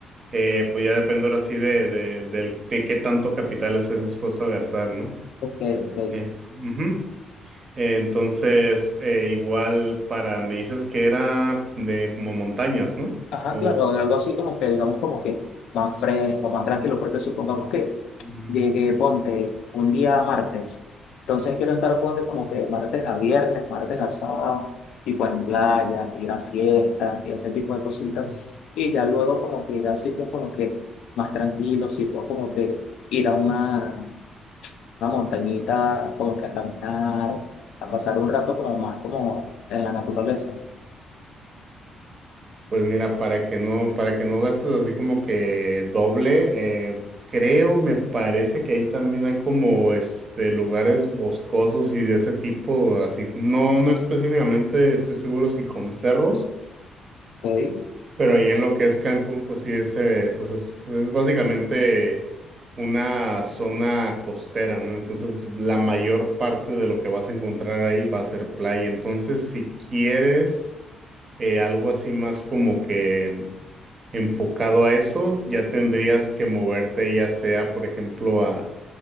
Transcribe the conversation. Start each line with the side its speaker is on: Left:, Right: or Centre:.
Right: eh, pues ya depende ahora sí de, de, del- de qué tanto capital estés dispuesto a gastar, ¿no?
Left: Ok, ok.
Right: Eh, ujú. Entonces eh, igual para, me dices que era de como montañas, ¿no?
Left: Ajá,
Right: O...
Left: claro, algo así como que, digamos, como que más fresco, más tranquilo, porque supongamos que
Right: Mm,
Left: llegue, ponte, un día martes. Entonces quiero estar, ponte, como que martes a viernes, martes a sábado, tipo en playa, ir a fiestas y ese tipo de cositas.
Right: ujú.
Left: Y ya luego como que ir a sitios como que más tranquilos, tipo como que ir a una, una montañita, como que a caminar, a pasar un rato como más como en la naturaleza.
Right: Pues mira, para que no, para que no gastes así como que doble, eh, creo, me parece que ahí también hay como este lugares boscosos y de ese tipo, así, no, no específicamente estoy seguro si con cerros,
Left: Ok,
Right: pero ahí en lo que es Cancún, pues sí es, eh, pues es, es básicamente una zona costera, ¿no? Entonces la mayor parte de lo que vas a encontrar ahí va a ser playa. Entonces, si quieres eh, algo así más como que enfocado a eso, ya tendrías que moverte ya sea, por ejemplo, a,